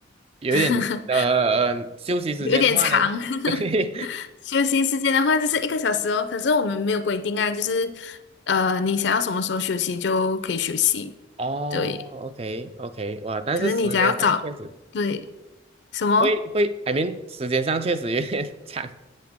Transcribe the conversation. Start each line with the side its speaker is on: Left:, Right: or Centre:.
Right: 有一点呃呃休息时间的话呢，
Left: <laughs> 有点长。<laughs>
Right: <laughs> 对，
Left: 休息时间的话就是一个小时哦，可是我们没有规定啊，就是呃，你想要什么时候休息就可以休息。
Right: <laughs> 哦，OK
Left: 对，
Right: OK，哇，但是时间上确实
Left: 可是你只要早，对，什么？
Right: 会会，I m 时间上确实有点 <laughs> 长，